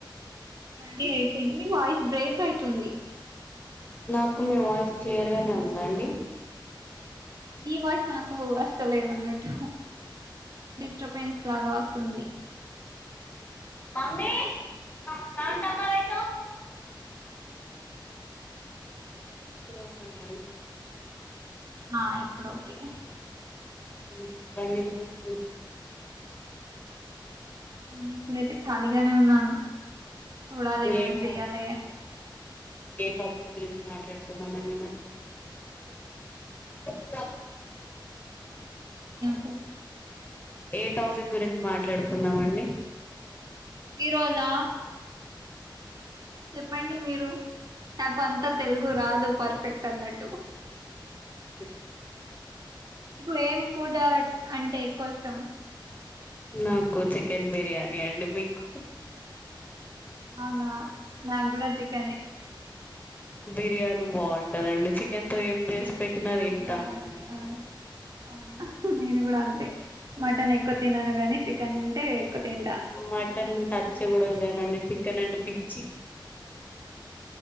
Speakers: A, on the right; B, on the left.
A: రడీ అయిపోయింద్ మీ వాయిస్ బ్రేక్ అయితుంది
B: నాకు మీ వాయిస్ క్లియర్గానే ఉందండి
A: గీ వాయిస్ నాకు అస్తలేదు అన్నట్ డిస్టర్బెన్స్ లాగా వస్తుంది
B: మమ్మీ సౌన్ తక్కువ వెట్టు ఇప్పుడు ఓకేనా
A: ఆ ఇప్పుడు ఓకే
B: వెజ్ పన్నీర్ <unintelligible>
A: నేను ఇప్పుడైతే ఖాళీగానే ఉన్నాను చూడాలి ఏమన్నా
B: ఏ టా-
A: చెయ్యాలి అని
B: ఏ టాపిక్ గురించి మాట్లాడుకుందమండి మరి వస్తా
A: కు
B: ఏ టాపిక్ గురించి మాట్లాడుకుందామండి
A: ఈ రోజా చెప్పండి మీరు నాకు అంతా తెలుగు రాదు పర్ఫెక్ట్ అన్నట్టు
B: బ్లాంక్
A: ఇప్పుడు ఏం ఫుడ అంటే ఎక్కువ ఇష్టం
B: నాకు చికెన్ బిర్యానీ అండి మీకు
A: అవునా నాది కుడా చికనే
B: బిర్యానీ బాగుంటదండి చికెన్తో ఏం చేసి
A: చికెన్
B: పెట్టినా
A: బిర్యానీ
B: తింటా
A: బాగుంటది
B: అండి
A: అవును ఆ అవునా నేను కూడ అంతే మటన్ ఎక్కువ తినను గాని చికెన్ అంటే ఎక్కువ తింటా
B: మటన్ టచ్ కూడా చేయమండి చికెన్ అంటె పిచ్చి